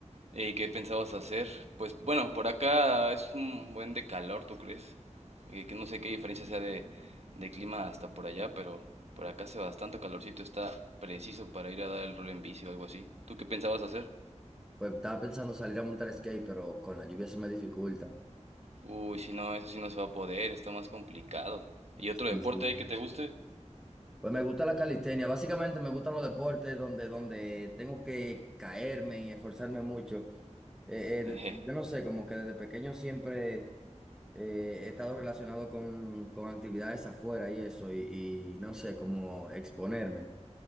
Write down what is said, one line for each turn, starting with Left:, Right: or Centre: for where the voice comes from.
Right: Hey, ¿qué pensabas hacer? Pues bueno, por acá es un buen de calor, ¿tú crees? Eh, que no sé qué diferencia sea de, de clima hasta por allá, pero por acá hace bastante calorcito, está preciso para ir a dar el rol en bici o algo así. ¿Tú qué pensabas hacer?
Centre: Pues estaba pensando salir a montar skate, pero con la lluvia se me dificulta.
Right: Uy, si no, eso sí no se va a poder, está más complicado. ¿Y otro
Centre: Sí,
Right: deporte
Centre: sí.
Right: ahí que te guste?
Centre: Pues me gusta la calistenia. Básicamente me gustan los deportes donde, donde tengo que caerme y esforzarme mucho. Eh, eh, de-
Right: Eje.
Centre: yo no sé, como que desde pequeño siempre eh, he estado relacionado con, con actividades afuera y eso, y, y no sé, como exponerme.